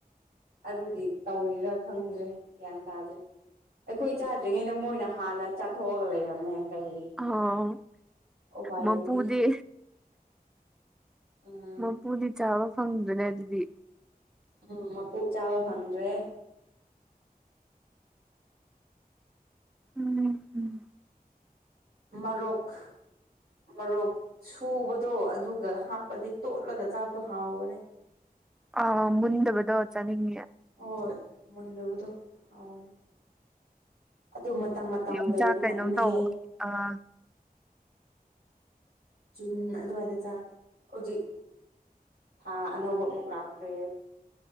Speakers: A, on the right; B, in the centre.
A: ꯑꯗꯨꯗꯤ ꯇꯧꯔꯤꯔ ꯈꯪꯗ꯭ꯔꯦ ꯒ꯭ꯌꯥꯟ ꯇꯥꯗ꯭ꯔꯦ ꯑꯩꯈꯣꯏ ꯆꯥꯗ꯭ꯔꯤꯉꯩꯩꯅ ꯃꯣꯏꯅ ꯍꯥꯟꯅ ꯆꯥꯊꯣꯛꯑꯒ ꯂꯩꯔꯝꯃꯦ ꯀꯔꯤ
B: ꯑꯣ
A: ꯎꯄꯥꯏ
B: ꯃꯄꯨꯗꯤ
A: ꯂꯩꯇꯦ ꯎꯝ
B: ꯃꯄꯨꯗꯤ ꯆꯥꯕ ꯐꯪꯗ꯭ꯔꯅꯦ ꯑꯗꯨꯗꯤ
A: ꯎꯝ ꯃꯄꯨ ꯆꯥꯕ ꯐꯪꯗ꯭ꯔꯦ
B: ꯎꯝ ꯎꯝ
A: ꯃꯔꯔꯣꯛꯛ ꯃꯔꯣꯛ ꯁꯨꯕꯗꯣ ꯑꯗꯨꯒ ꯍꯥꯞꯄꯗꯤ ꯇꯣꯠꯂꯒ ꯆꯥꯕꯗꯣ ꯍꯥꯎꯕꯅꯦ <inaudible>
B: ꯑ ꯃꯗꯕꯗꯥꯎ ꯆꯅꯤꯡ
A: ꯍꯣꯏ ꯃꯟꯗꯕꯗ ꯑꯋꯥꯅꯦ ꯑꯗꯨ ꯃꯇꯝ ꯃꯇꯝ
B: ꯌꯣꯡꯆꯥꯛ
A: ꯂꯩꯕ
B: ꯀꯩꯅꯣꯝ
A: ꯅꯝꯃꯦ
B: ꯇꯧ ꯑꯥ
A: ꯨꯝ ꯑꯗꯨꯋꯥꯏꯗ ꯆ ꯍꯧꯖꯤꯛ ꯊꯥ ꯑꯅꯧꯕ ꯑꯃꯨꯛ ꯂꯥꯛꯈ꯭ꯔꯦ꯫